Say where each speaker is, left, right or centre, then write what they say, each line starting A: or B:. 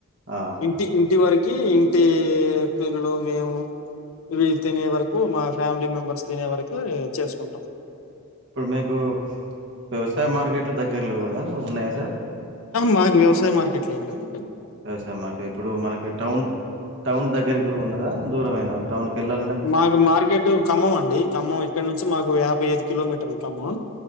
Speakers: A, on the right; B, on the left.
A: ఆ
B: ఇ ఇ ఇంటి వరకి ఇంటి పిల్లలు మేము ఇవి తినే వరకు మా ఫ్యామిలీ మెంబర్స్ తినే వరకు చేసుకుంటాం
A: ఇప్పుడు మీకు వ్యవసాయ మార్కెట్లు దగ్గరలో గదా ఉన్నాయా సార్
B: మాకు వ్యవసాయ మార్కెట్లో ఏమి లేదండి
A: వ్యవసాయం మార్కెట్ ఇప్పుడు మనకి టౌన్ టౌన్ దగ్గరికి ఉన్నదా దూరమైననా టౌన్కి ఎళ్ళాల
B: మాకు మార్కెట్ ఖమ్మం అండి ఖమ్మం ఇక్కడ నుంచి మాకు యాభై ఐదు కిలోమీటర్లు ఖమ్మం